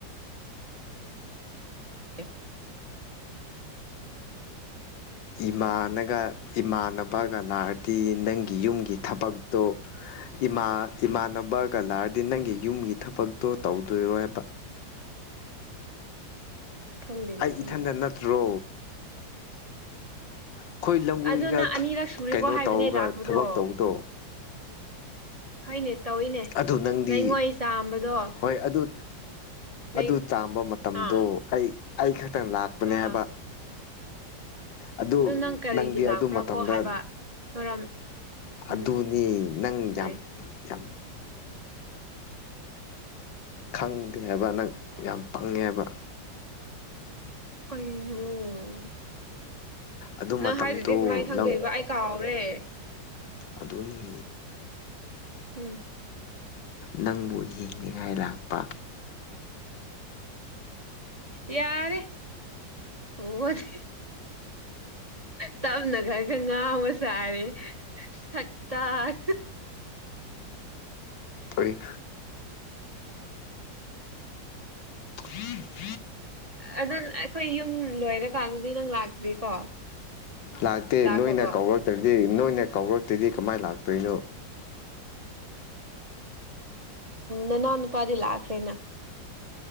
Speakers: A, on the right; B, on the left.
A: ꯀ
B: ꯏꯃꯥꯅꯒ ꯏꯃꯥꯟꯅꯕꯒ ꯂꯥꯔꯗꯤ ꯅꯪꯒꯤ ꯌꯨꯝꯒꯤ ꯊꯕꯛꯇꯣ ꯃꯥ ꯏꯃꯥꯟꯅꯕꯒ ꯂꯥꯔꯗꯤ ꯅꯪꯒꯤ ꯌꯨꯝꯒꯤ ꯊꯕꯛꯇꯣ ꯇꯧꯗꯣꯏꯔꯣꯏꯕ
A: ꯈꯪꯗꯦꯅ
B: ꯑꯩ
A: ꯑꯩꯅ
B: ꯏꯊꯟꯗ ꯅꯠꯇ꯭ꯔꯣ ꯑꯩꯈꯣꯏ ꯂꯝꯒꯣꯏꯒ
A: ꯑꯗꯣ ꯅꯪ ꯑꯅꯤꯔꯛ ꯁꯨꯔꯦꯀꯣ
B: ꯀꯩꯅꯣ
A: ꯍꯥꯏꯕꯅꯦ
B: ꯇꯧꯔꯒ
A: ꯂꯥꯛꯄꯗꯣ
B: ꯊꯕꯛ ꯇꯧꯕꯗꯣ
A: ꯐꯩꯅꯦ ꯇꯧꯏꯅꯦ
B: ꯑꯗꯨ ꯅꯪꯗꯤ
A: ꯂꯩꯉꯣꯏ ꯆꯥꯝꯕꯗꯣ
B: ꯍꯣꯏ ꯑꯗꯨ
A: ꯂꯩ
B: ꯑꯗꯨ ꯆꯥꯝꯕ ꯃꯇꯝꯗꯣ
A: ꯑꯥ
B: ꯑꯩ ꯑꯩ ꯈꯛꯇꯪ ꯂꯥꯛꯄꯅꯦ
A: ꯑꯥ
B: ꯍꯥꯏꯕ ꯑꯗꯨ
A: ꯅꯪ ꯀꯔꯤꯒꯤ
B: ꯅꯪꯗꯤ
A: ꯂꯥꯛꯄ꯭ꯔꯥ
B: ꯑꯗꯨ ꯃꯇꯝꯗ
A: ꯀꯣ ꯍꯥꯏꯕ ꯃꯔꯝ
B: ꯑꯗꯨꯅꯤ
A: ꯎꯝ
B: ꯅꯪ
A: ꯀꯔꯤ
B: ꯌꯥꯝ ꯌꯥꯝ ꯈꯪꯗꯦ ꯍꯥꯏꯕ ꯅꯪ ꯌꯥꯝ ꯄꯪꯉꯦ ꯍꯥꯏꯕ
A: ꯀꯩꯅꯩꯅ
B: ꯑꯗꯨ
A: ꯅꯪ
B: ꯃꯇꯝꯗꯣ
A: ꯍꯥꯏꯗꯨꯗꯤ ꯀꯃꯥꯏꯅ ꯈꯪꯗꯩꯕ
B: ꯅꯪ
A: ꯑꯩ ꯀꯥꯎꯍꯥꯎꯔꯦ
B: ꯑꯗꯨꯅꯤ
A: ꯑꯥ
B: ꯅꯪꯕꯨ ꯌꯦꯡꯅꯤꯡꯉꯥꯏ ꯂꯥꯛꯄ
A: ꯌꯥꯔ ꯍꯗꯤ ꯇꯞꯅ ꯈꯔ ꯈꯔ ꯉꯥꯎꯉ ꯁꯥꯔꯦ ꯁꯇꯥꯔ
B: ꯑꯣꯏꯔꯤ ꯎꯝ
A: ꯑꯗꯨ ꯑꯩꯈꯣꯏ ꯌꯨꯝ ꯂꯣꯏꯔꯀꯥꯟꯗꯗꯤ ꯅꯪ ꯂꯥꯛꯇ꯭ꯔꯤꯀꯣ
B: ꯂꯥꯛꯇꯦ
A: ꯂꯥꯛꯈ꯭ꯔꯕꯣ
B: ꯅꯣꯏꯅ ꯀꯧꯔꯛꯇ꯭ꯔꯗꯤ ꯅꯣꯏꯅ ꯀꯧꯔꯛꯇ꯭ꯔꯗꯤ ꯀꯃꯥꯏ ꯂꯥꯛꯇꯣꯏꯅꯣ
A: ꯅꯅꯥꯎ ꯅꯨꯄꯥꯗꯤ ꯂꯥꯛꯈ꯭ꯔꯦꯅ